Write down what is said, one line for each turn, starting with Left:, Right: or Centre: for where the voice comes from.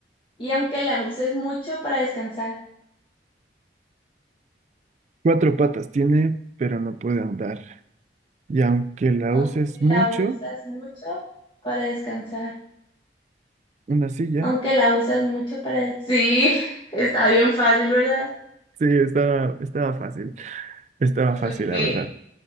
Left: Y aunque la uses mucho para descansar,
Right: Cuatro patas tiene, pero no puede andar. Y aunque la
Left: aunque
Right: uses mucho,
Left: la usas mucho para descansar,
Right: una silla,
Left: aunque la usas mucho para... des- Sí, <laughs> está bien fácil, ¿verdad?
Right: sí, estaba, estaba fácil. Estaba
Left: Ok,
Right: fácil, la verdad.